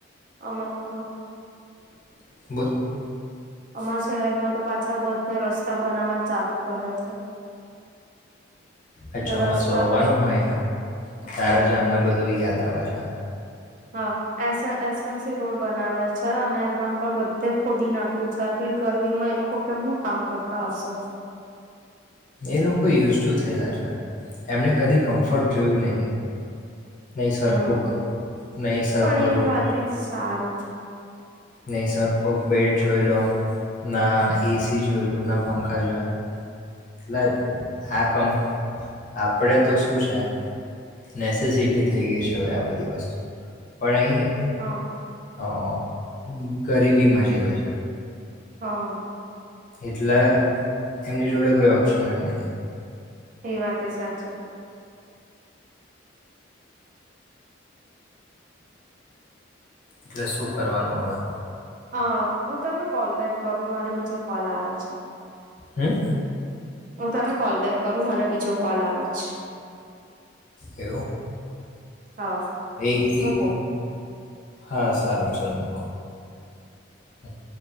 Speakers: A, on the right; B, on the left.
A: આમાં હા.
B: <unintelligible>
A: અમારા શહેરમાં તો પાછા બધા રસ્તા બનાવવાની ચાલુ કર્યા છે.
B: આ
A: તો
B: ચોમાસું
A: રસ્તા
B: આવવાનું હોય ને તારા
A: હા
B: જામને બધું યાદ <unintelligible>
A: હા એ એસ એમ સી રોડ બનાવે છે. અને એમાં પણ બધે ખોદી નાખ્યું છે. આટલી ગરમીમાં એ લોકો કેમને કામ કરતા હશે.
B: એ લોકો યુઝુ તુ થયેલા છે. એમણે કદી કમ્ફર્ટ જોયું નહીં. નહી સરખું
A: હમ
B: નહીં સરખું.
A: પણ
B: <unintelligible>
A: એ વાત એ સારું છે.
B: નહી સર ખૂબ બેટ જોઈ લો ના. એસી જોયો ના પંખા જોયા. એટલે આ કમ આપડે તો શું છે નેસેસિટી થઈ ગઈ છે હવે આ બધી વસ્તુ. પણ આહી હ
A: હા
B: <inaudible> ગરીબીમાં જીવે છે.
A: હમ.
B: એટલે એમની જોડે કોઈ ઓપ્શન જ નહીિ.
A: એ વાતે સાચી.
B: એટલે શું કરવાનું હવે.
A: હ હું તને કોલબેક કરું મારે બીજો કોલ આવે છે.
B: હમ.
A: હું તને કોલ બેેક કરું મારા બ. જો કોલ આવે છે.
B: એવું.
A: હા
B: એ
A: મૂકો.
B: એક હા સારું ચાલ મુક. હ <inaudible>